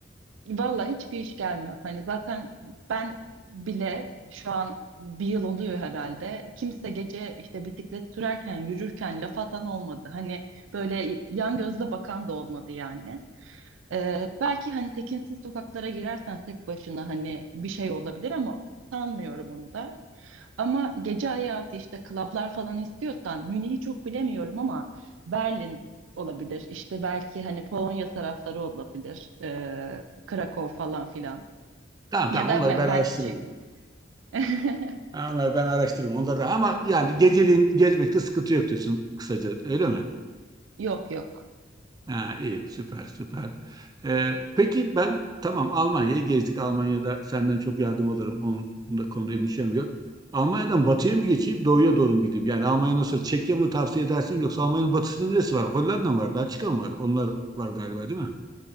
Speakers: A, on the right; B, on the right.
A: Vallahi hiçbir iş gelmez. Hani zaten ben bile şu an bir yıl oluyor herhalde. Kimse gece işte bisiklet sürerken, yürürken laf atan olmadı. Hani böyle yan gözle bakan da olmadı yani. Ee, belki hani tekinsiz sokaklara girersen tek başına hani bir şey olabilir ama sanmıyorum onu da. Ama gece hayatı işte klablar falan istiyorsan Münih'i çok bilemiyorum ama Berlin olabilir. İşte belki hani Polonya tarafları olabilir. Ee, Krakow falan filan.
B: Tamam tamam
A: Ya da
B: onları
A: me-
B: ben
A: belki
B: araştırırım.
A: Çe- <laughs>
B: Ha, Onları ben araştırırım. Onları da ama yani geceliğin gezmekte sıkıntı yok diyorsun kısaca öyle mi?
A: Yok yok.
B: Ha, iyi süper süper. Ee, peki ben tamam Almanya'yı gezdik. Almanya'da senden çok yardım alırım. Onun da konuda endişem yok. Almanya'dan batıya mı geçeyim, doğuya doğru mu gideyim? Yani Almanya'dan sonra Çekya mı tavsiye edersin yoksa Almanya'nın batısında neresi var? Hollanda mı var? Belçika mı var? Onlar var galiba değil mi?